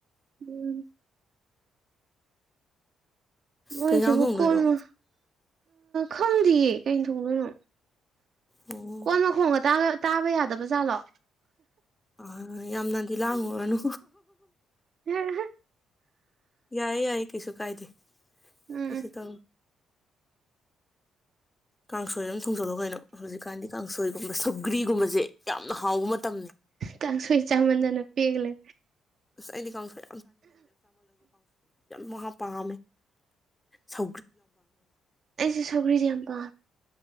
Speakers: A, on the right; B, on the left.
A: ꯎꯝ ꯃꯣꯏꯁꯤꯕꯨ
B: ꯀꯩ ꯏꯟꯖꯥꯡ ꯊꯣꯡꯗꯣꯏꯅꯣ
A: ꯀꯣꯟꯃ ꯈꯪꯗꯌꯦ ꯀꯩꯅ ꯊꯣꯡꯗꯣꯏꯅꯣ
B: ꯑꯣ
A: ꯀꯣꯟ ꯃꯈꯣꯡꯒ ꯇꯥꯒ ꯇꯥꯕ ꯌꯥꯗꯕ ꯖꯥꯠꯂꯣ
B: ꯑ ꯌꯥꯝꯅꯗꯤ ꯂꯥꯡꯉꯨꯔꯅꯨ
A: ꯍꯝ
B: ꯌꯥꯏꯌꯦ ꯌꯥꯏꯌꯦ ꯀꯩꯁꯨ ꯀꯥꯏꯗꯦ
A: ꯎꯝ
B: ꯀ ꯇ ꯀꯥꯡꯁꯣꯏ ꯑꯗꯨꯝ ꯊꯨꯡꯖꯤꯜꯂꯣ ꯀꯩꯅꯣ ꯍꯧꯖꯤꯛꯀꯥꯟꯗꯤ ꯀꯥꯡꯁꯣꯏ ꯁꯕꯒ꯭ꯔꯤꯒꯨꯝꯕꯁꯦ ꯌꯥꯝꯅ ꯍꯥꯎꯕ ꯃꯇꯝꯅꯤ
A: ꯀꯥꯡꯁꯣꯏ ꯆꯥꯃꯟꯗꯅ ꯄꯦꯜꯂꯦ
B: ꯑꯁ ꯑꯩꯗꯤ ꯀꯥꯡꯁꯣꯏ ꯋꯥꯍ ꯄꯥꯃꯦ ꯁ
A: ꯑꯩꯁꯦ ꯁꯒꯔꯤꯗꯤ ꯌꯥꯝꯝ ꯄ